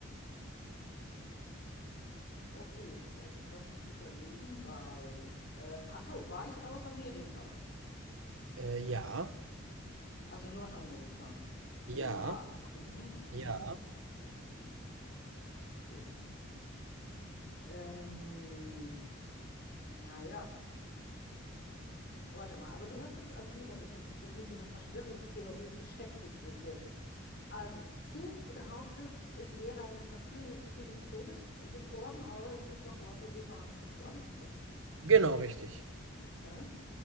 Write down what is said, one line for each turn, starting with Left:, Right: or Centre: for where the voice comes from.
Left: okay, jetzt lass mich überlegen, weil, ähm, ach so, war ich aus Amerika?
Right: äh, ja,
Left: Also Nordamerika, USA.
Right: ja,
Left: Mhm, mhm,
Right: ja,
Left: mhm. Okay. Ähm, naja, warte mal, aber du hast jetzt, also wie war das mit, das mit dieser Verschwörungstheorie beschäftigt mich jetzt. Also, du behauptest, ich wäre eines natür- natürlichen Todes gestorben, aber es gibt auch Leute, die sagen, das war nicht so.
Right: genau richtig.
Left: Okay.